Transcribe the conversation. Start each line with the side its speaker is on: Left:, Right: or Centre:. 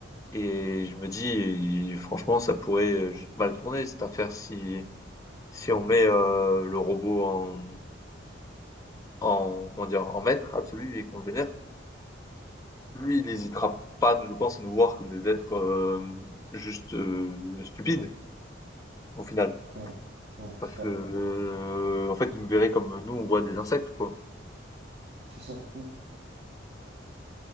Left: Et je me dis, franchement, ça pourrait juste mal tourner cette affaire si si on met euh, le robot en en comment dire en maître absolu et qu'on le vénère. Lui, il n'hésitera pas, je pense, à nous voir comme des êtres euh, juste euh, stupides, au final.
Right: Ouais, ouais,
Left: Parce que,
Right: ouais,
Left: euh, en fait, il nous verrait comme nous, on voit des insectes, quoi.
Right: c'est ça. Hmm.